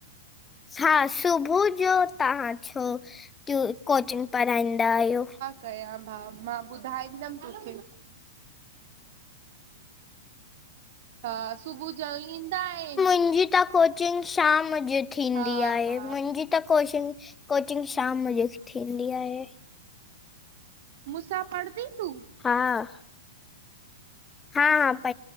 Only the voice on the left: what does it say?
हां, सुबुह जो तव्हां छो टू कोचिंग पढ़ाईंदा आहियो?
मुंह जी ता को कुचिंग शाम जे थींदी
आहे।
मुंहिंजी त कोशिंग कोचिंग शाम जी थींदी आहे।
हां। हां-हां, प